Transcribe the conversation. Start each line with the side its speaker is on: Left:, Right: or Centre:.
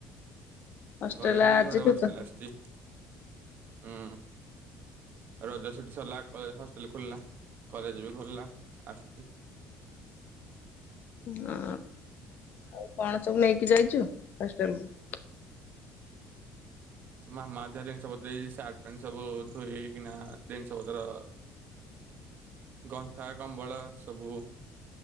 Left: ହଷ୍ଟେଲ
Right: ଘରେ ଥିଲେ
Left: ଆଜିଠୁ
Right: ଘରେ ବସିଥିଲି
Left: ତ
Right: ଆସିଛି ହୁଁ। ରଜ ଛୁଟି ସରିଲା କଲେ ହଷ୍ଟେଲ ଖୋଲିଲା କଲେଜ ବି ଖୋଲିଲା ଆସିଚି।
Left: ହଁ ଆଉ କଣ ସବୁ ନେଇକି ଯାଇଛୁ ହଷ୍ଟେଲୁକୁ?
Right: ମାମା ଯାହା ଜିନିଷ ପତ୍ର ଦେଇଚି ସାର୍ଟ ପ୍ୟାଣ୍ଟ ସବୁ ଧୋଇଏଇକିନା ଜିନିଷ ପତ୍ର ଗନ୍ଥା କମ୍ବଳ ସବୁ।